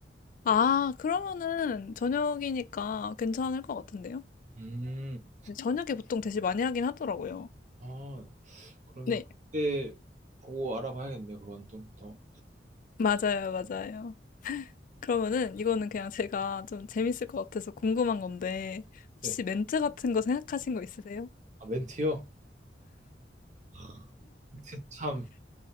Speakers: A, on the left; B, on the right.
A: 아, 그러면은 저녁이니까 괜찮을 것 같은데요?
B: 음,
A: 근데 저녁에 보통 대신 많이 하긴 하더라고요.
B: 아, 그러면
A: 네.
B: 그때 보고 알아봐야겠네요. 그건 좀 더.
A: 맞아요, 맞아요. 그러면은 이거는 그냥 제가 좀 재밌을 것 같아서 궁금한 건데 혹시
B: 네,
A: 멘트 같은 거 생각하신 거 있으세요?
B: 아, 멘트요? 아, 멘트 참,